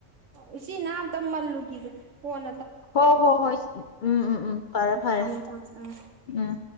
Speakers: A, on the right; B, on the left.
A: ꯎ ꯎꯆꯤ ꯅꯝ ꯇꯃꯜꯂꯨꯒꯤꯒ ꯐꯣꯟ
B: ꯍꯣ ꯍꯣ ꯍꯣꯏ ꯎꯝ ꯎꯝ ꯎꯝ ꯐꯔꯦ ꯐꯔꯦ
A: ꯊꯝꯃꯦ ꯊꯝꯃꯦ ꯎꯝ
B: ꯎꯝ